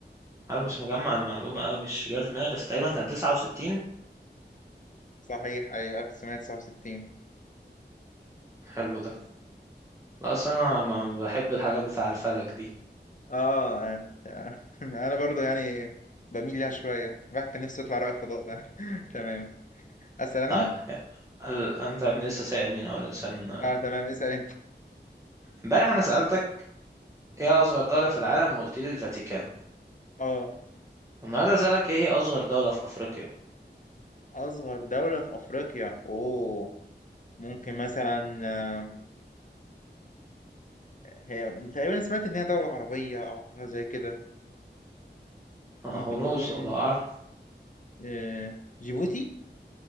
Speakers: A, on the right (about 15°); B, on the left (about 45°).
A: انا مش مجمع المعلومه قوي مش جايه في دماغي بس تقريبا كان 69
B: صحيح ايوه 1969
A: حلو ده لا اصل انا ما بحب الحاجات بتاع الفلك دي
B: اه آه، آه. <laughs> انا برضو يعني بميل ليها شويه الواحد كان نفسه يطلع رائد فضاء ده <laughs> تمام اسال انا
A: طيب ال- انت يا ابني لسه سائل مين اول انسان
B: اه تمام اسال انت
A: امبارح انا سالتك ايه اصغر دوله في العالم وقلت لي الفاتيكان
B: اه
A: النهارده سالك ايه هي اصغر دوله في افريقيا
B: اصغر دوله في افريقيا اوه ممكن مثلا آه، هي تقريبا سمعت ان هي دوله عربيه او حاجة زي كده
A: اه
B: ممكن
A: هو
B: تكون
A: نوز الله اعلم
B: آه، جيبوتي